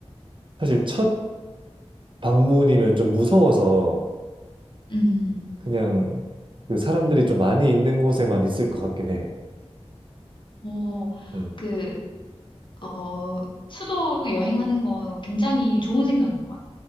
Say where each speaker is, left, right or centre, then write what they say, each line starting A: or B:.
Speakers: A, on the right; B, on the left.
A: 사실 첫 방문이면 좀 무서워서
B: 음,
A: 그냥 그 사람들이 좀 많이 있는 곳에만 있을 것 같긴 해.
B: 어,
A: 음,
B: 그, 어, 수도 여행하는 거 굉장히 좋은 생각인 것 같아.